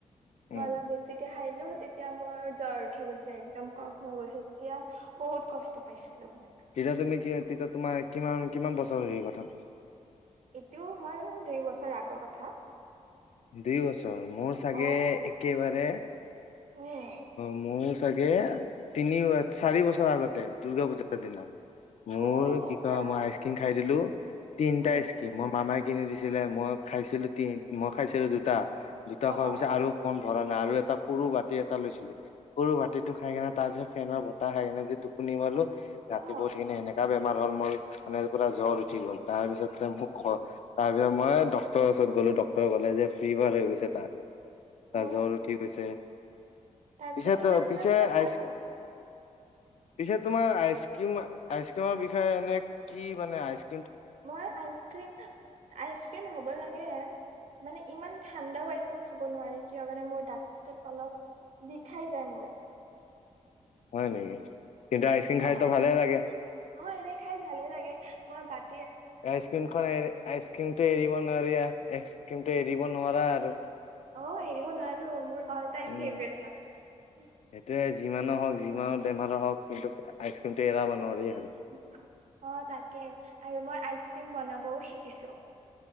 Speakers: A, on the left (about 65°); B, on the right (about 70°).
A: উম
B: অলপ বেছিকে খাইদিলো তেতিয়া মোৰ জ্বৰ উঠি গৈছে, একদম কফ হৈ গৈছে, তেতিয়া বহুত কষ্ট পাইছিলোঁ মই।
A: তেতিয়া তুমি কি হয়, তেতিয়া তোমাৰ কিমান কিমান বছৰ হেৰি তাত?
B: এতিয়াও হয়, দুই বছৰ আগৰ কথা।
A: দুই বছৰ। মোৰ চাগে
B: অ
A: একেবাৰে
B: উম
A: মোৰ চাগে তিনি চাৰি বছৰ আগতে। দ, দূৰ্গা পূজাৰ দিনা। মোৰ
B: অ
A: কি
B: আচ্ছা
A: কয়, মই আইচ ক্ৰীম খাই দিলোঁ তিনিটা
B: উম
A: স্কিম, মই মামাক কিনি দিছিলে, মই খাইছিলোঁ তি, মই খাইছিলোঁ দুটা। দুটা
B: অ
A: খোৱাৰ
B: অ
A: পিছত আৰু কণ ভৰা নাই, আৰু এটা সৰু বাতি এটা লৈছিলো‍ঁ সৰু বাতিটো খাই কেনে তাৰ পিছত ফেনৰ বতাহ খাই কিনে যে টোপনি মাৰ্লো ৰাতিপুৱ
B: অ
A: উঠি কিনে এনেকাা বেমাৰ হ'ল মোৰ মানেৰা জ্বৰ উঠি গ'ল । তাৰ পিছতে মোক তাৰ পিছত মই ডক্টৰৰ ওচৰত গ'লো ডক্তৰে ক'লে যে ফিভাৰ হৈ গৈছে বুলি।
B: অ
A: গাত জ্বৰ উঠি গৈছে,
B: তাৰপিছত
A: পিছে,
B: কিমান দিনৰ
A: পিছে,
B: পিছত ভাল
A: আইচ
B: পালি
A: পিছে তোমাৰ আইচ ক্ৰীম, আইচ ক্ৰীমৰ বিষয়ে এনে কি মানে আইচ
B: মই আইচ ক্ৰীম, আইচ ক্ৰীম হ'ব লাগে। মানে ইমান ইমান ঠাণ্ডাও আইচক্ৰীম খাব নোৱাৰি, কিয় কাৰণে মোৰ দাঁতটোত অলপ বিষাই যায় মোৰ।
A: হয় নেকি কিন্তু আইচক্ৰীম খাইতো
B: অ'
A: ভালে লাগে
B: অ' এনেই খাই ভালে লাগে। মই বাট
A: আইচক্ৰীমখন এৰি, আইচ ক্ৰীমতটো এৰিব নোৱাৰি। আইচক্ৰীমটো এৰিব নোৱাৰা আৰু।
B: অ' এৰিব নোৱাৰোঁ মোৰ অ'ল টাইম
A: উম
B: ফেভৰেট হয়।
A: সেইটোয়ে যিমানো হওক যিমান বেমাৰো হওক কিন্তু আইচক্ৰীমটো এৰাব নোৱাৰি আৰু।
B: অ' তাকে আৰু মই আইচ ক্ৰীম বনাবও শিক কিছোঁ।